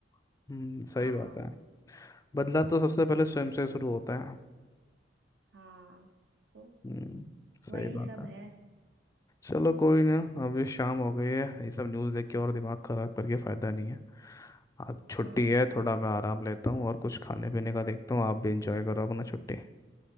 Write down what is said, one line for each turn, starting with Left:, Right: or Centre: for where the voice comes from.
Left: हम्म सही
Right: हाँ
Left: बात है बदलाव तो सबसे पहले स्वयं से शुरू होता है
Right: हाँ तो
Left: हम्म सही
Right: वही
Left: बात
Right: सब
Left: है
Right: है
Left: चलो कोई ना अभी शाम हो गई है ये सब न्यूज़ देख के और दिमाग ख़राब करके फ़ायदा नहीं है आज छुट्टी
Right: हाँ
Left: है थोड़ा मैं आराम लेता हूँ और कुछ खाने पीने का देखता हूँ आप भी इंजॉय करो अपना छुट्टी